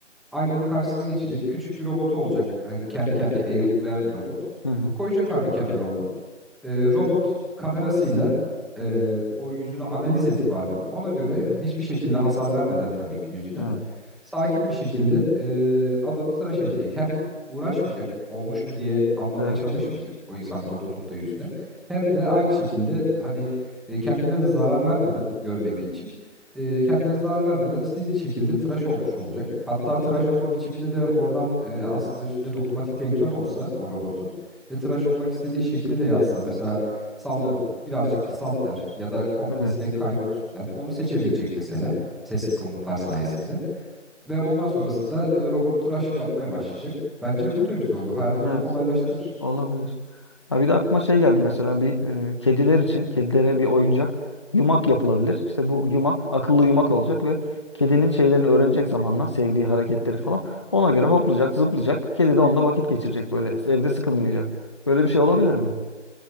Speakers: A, in the centre; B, on the left.
A: aynanın karşısına geçecek. Küçük bir robotu olacak. Hani kendi kendi eli uzayan bir robot.
B: Hı hı.
A: Koyacak abi kenara onu. Ee, robot kamerasıyla e, o yüzünü analiz edip abi ona göre
B: Hı hı.
A: hiçbir şekilde hasar vermeden tabii ki yüzüne
B: Evet.
A: sakin bir şekilde e, adamı tıraş edecek. Hem uğraşmayacak, olmuş mu diye anlamaya
B: Evet.
A: çalışmayacak o insan dokunup da yüzüne. Hem de aynı şekilde hani e, kendine de zarar vermeden görmediği için e, kendine zarar vermeden istediği şekilde tıraş olmuş olacak. Hatta tıraş olma biçiminde de oradan e, aslında üstünde dokunmatik bir ekran olsa o robotun ve tıraş olmak istediği şekli de yazsa mesela sallıyorum birazcık kısalt der ya da komple
B: Evet.
A: sinek kaydı olsun der. Onu seçebilecek mesela sesli komutlar sayesinde. Ve ondan sonrasında e, robot tıraş yapmaya başlayacak. Bence bu da güzel olur. Hayatlarını
B: Evet.
A: kolaylaştırır.
B: Olabilir. Ha bir de aklıma şey geldi mesela bir e, kediler için kedilere bir oyuncak yumak yapılabilir. İşte bu yumak akıllı yumak olacak ve kedinin şeylerini öğrenecek zamanla sevdiği hareketleri falan. Ona göre hoplayacak, zıplayacak. Kedi de onunla vakit geçirecek böyle. Evde sıkılmayacak. Böyle bir şey olabilir mi?